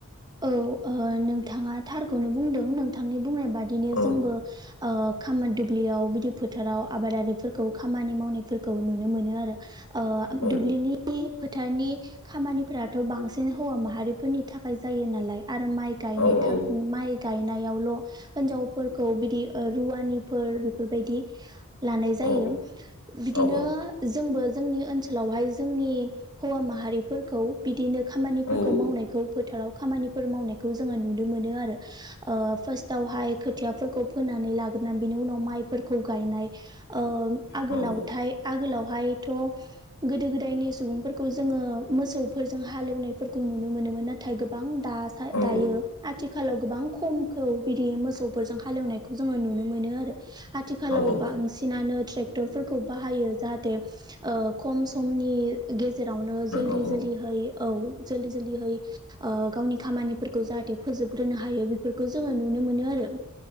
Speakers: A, on the right; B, on the left.
A: औ ओ नोंथाङा थारखौनो बुंदों नोंथांनि बुंनाय बादिनो
B: औ
A: जोंबो ओ खामानि दुब्लियाव बिदि फोथाराव आबादारिफोरखौ खामानि मावनायफोरखौ नुनो मोनो आरो। ओ
B: औ
A: दुब्लिनि फोथारनि खामानिफोराथ' बांसिन हौवा माहारिफोरनि थाखाय जायो नालाय आरो माइ गायनाय
B: औ औ
A: था माइ गायनायावल' होनजावफोरखौ बिदि रुवानिफोर बेफोरबायदि लानाय जायो
B: औ
A: बिदिनो
B: औ
A: जोंबो जोंनि ओनसोलावहाय जोंनि हौवा माहारिफोरखौ बिदिनो खामानिफोरखौ
B: औ
A: मावनायखौ फोथाराव खामानिफोर मावनायखौ जोङो नुनो मोनो आरो ओ फार्स्ट आवहाय खोथियाफोरखौ फोनानै लाग्रोनानै बिनि उनाव माइफोरखौ गायनाय ओ आगोलावथाइ
B: औ
A: आगोलाव हायथ' गोदो गोदायनि सुबुंफोरखौ जोङो मोसौफोरजों हालेवनायफोरखौ नुनो मोनो मोन नाथाय गोबां दा-दायो
B: औ
A: आथि खालाव गोबां खमखौ बिदि मोसौफोरजों हालेवनायखौ जोङो नुनो मोनो आरो। आथिखालाव
B: औ
A: बांसिनानो
B: औ
A: ट्रेक्टरफोरखौ बाहायो जाहाथे ओ खम समनि गेजेरावनो जोल्दि
B: औ औ
A: जोल्दिहै औ जोल्दि जोल्दिहै ओ गावनि खामानिफोरखौ जाहाथे फोजोबग्रोनो हायो बेफोरखौ जोङो नुनो मोनो आरो।